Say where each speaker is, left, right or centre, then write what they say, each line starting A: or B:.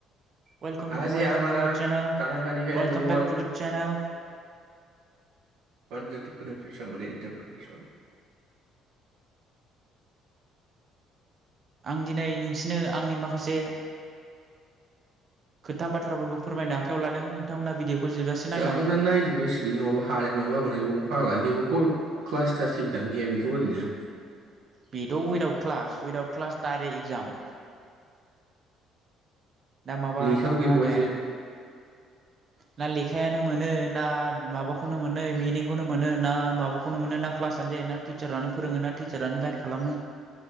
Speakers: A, on the right; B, on the right.
A: Welcome
B: आज है
A: वेल
B: हमारा
A: काम तु माइ चेनेल
B: खाना खाने का
A: वेल
B: देवान
A: काम बेक तु दा चेनेल।
B: ब्र सम इारसन <inaudible>
A: आं दिनै नोंसिनो आंनि माखासे खोथा बाथ्राफोरखौ फोरमायनो आखायाव लादों नोंथांमोना भिडिअखौ जोबजासे
B: जाखांनानै
A: नायलां
B: नायजोबनाय नांसिगोनलै नङाबा हानाय नङा गाबोन बबाव फागलानो जेबो खर' क्लासथासबो दां गैया बेखौ ओरैनो।
A: बेथ' without class without class direct exam. दा माबा
B: लेखाबो
A: मा
B: गैबावासो
A: होनो? ना लेखायानो मोनो ना माबाखौनो मोनो मिनिंखौनो मोनो ना माबाखौनो मोनो ना क्लासनो जायो ना टिचारानो फोरोङो ना टिचारानो गाइड खालामो?